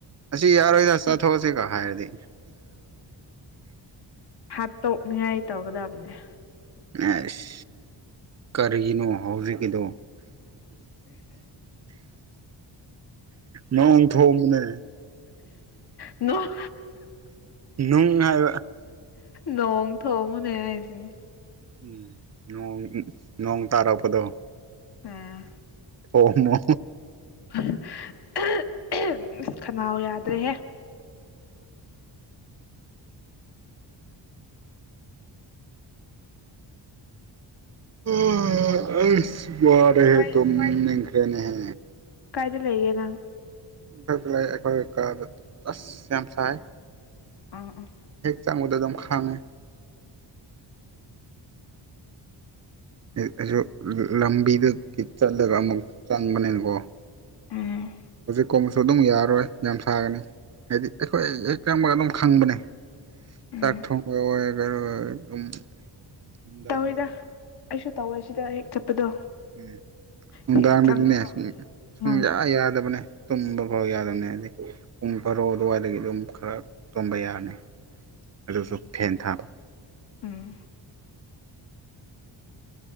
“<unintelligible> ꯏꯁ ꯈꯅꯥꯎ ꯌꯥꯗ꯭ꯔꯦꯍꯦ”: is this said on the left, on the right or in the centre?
Left